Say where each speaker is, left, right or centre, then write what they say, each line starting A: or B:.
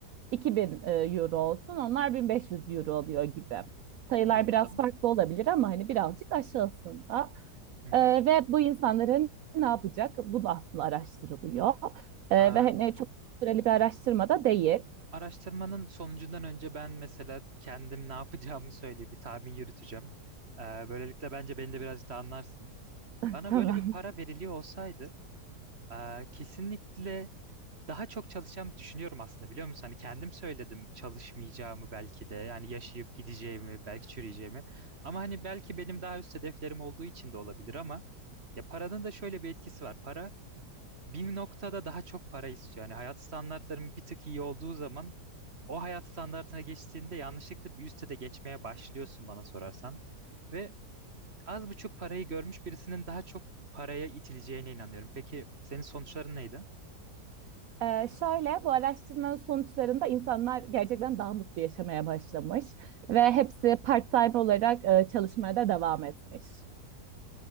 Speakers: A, on the right; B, on the right.
A: 2000 e, euro olsun onlar 1500 euro oluyor gibi sayılar
B: anladım.
A: biraz farklı olabilir ama hani birazcık aşağısında.
B: Hı
A: Ee,
B: hı.
A: ve bu insanların ne yapacak? Bu da aslında araştırılıyor. Ee,
B: Aa,
A: ve hani çok süreli bir araştırma da değil.
B: araştırmanın sonucundan önce ben mesela kendim ne yapacağımı söyleyeyim, bir tahmin yürüteceğim. Ee, böylelikle bence beni de birazcık da anlarsın.
A: <laughs>
B: Bana
A: Tamam.
B: böyle bir para veriliyor olsaydı, aa, kesinlikle daha çok çalışacağımı düşünüyorum aslında biliyor musun? Hani kendim söyledim çalışmayacağımı belki de yani yaşayıp gideceğimi belki çürüyeceğimi ama hani belki benim daha üst hedeflerim olduğu için de olabilir ama ya paranın da şöyle bir etkisi var. Para bir noktada daha çok para istiyor. Yani hayat standartların bir tık iyi olduğu zaman o hayat standartına geçtiğinde yanlışlıkla bir üste de geçmeye başlıyorsun bana sorarsan. Ve az buçuk parayı görmüş birisinin daha çok paraya itileceğine inanıyorum. Peki senin sonuçların neydi?
A: Ee, şöyle bu araştırmanın sonuçlarında insanlar gerçekten daha mutlu yaşamaya başlamış ve hepsi part-time olarak e, çalışmaya da devam etmiş.